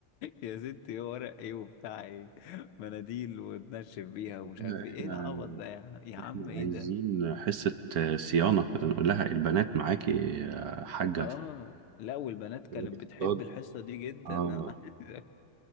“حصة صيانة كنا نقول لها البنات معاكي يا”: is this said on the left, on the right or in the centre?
Right